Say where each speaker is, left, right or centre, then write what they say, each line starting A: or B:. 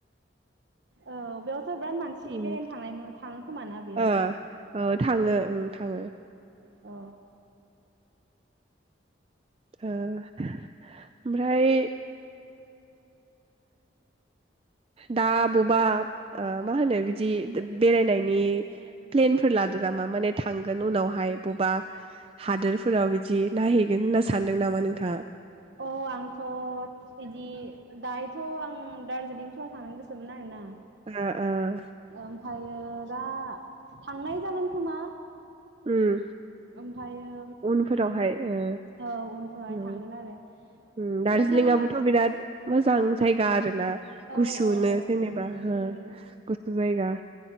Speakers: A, on the right; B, on the right.
A: औ बेयावथ बिराद मानसि
B: उम
A: बेरायनो थांनायमो थां खोमाना बेयाव।
B: ओ औ थाङो ओं थाङो।
A: औ।
B: ओ। ओमफ्राय। दा बबेबा ओ मा होनो बिदि बेरायनायनि प्लेनफोर लादो नामा माने थांगोन उनावहाय बबेबा हादोरफोराव बिदि नायहैगोन होनना सानदों नामा नोंथाङा।
A: अ आंथ सिक्किम। नि दायोथ आं दार्जिलिंफ्राव थांनो गोसोमोन आरोना।
B: ओ ओ
A: ओमफ्रायो दा थांनाय जागोन खोमा।
B: उम।
A: ओमफ्रायो।
B: उनफोरावहाय। ओ
A: औ उनफ्रावहाय
B: उम
A: थांगोन आरो
B: उम दार्जिलिंआबोथ'
A: नोंथाङा।
B: बिराद मोजां जायगा आरो। ना
A: औ
B: गुसुनो
A: औ
B: जेनेबा हो
A: उम
B: गुसु जायगा।